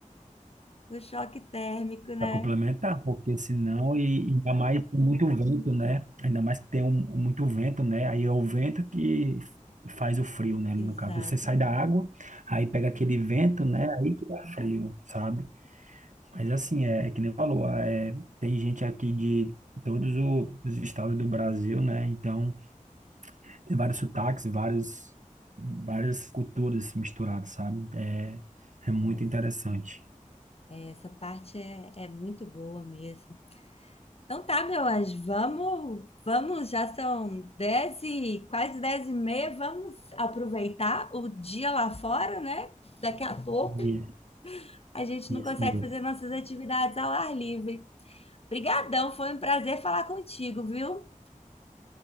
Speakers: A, on the left; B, on the right.
A: o choque térmico, né?
B: para complementar, porque senão e e ainda mais com muito vento, né? Ainda mais que tem um, muito vento, né? Aí é o vento que faz o frio, né? No
A: Exatamente.
B: caso, você sai da água, aí pega aquele vento, né? Aí que dá frio, sabe? Mas assim, é, é que nem falou, é, tem gente aqui de todos o- os estados do Brasil, né? Então, tem vários sotaques, vários, várias culturas misturadas, sabe? É, é muito
A: É,
B: interessante.
A: é, essa parte é, é muito boa mesmo. Então tá, meu anjo, vamos, vamos, já são 10 e quase 10 e meia, vamos aproveitar o dia lá fora, né? Daqui a pouco
B: E-
A: a gente não consegue
B: Isso mesmo.
A: fazer nossas atividades ao ar livre. Obrigadão, foi um prazer falar contigo, viu?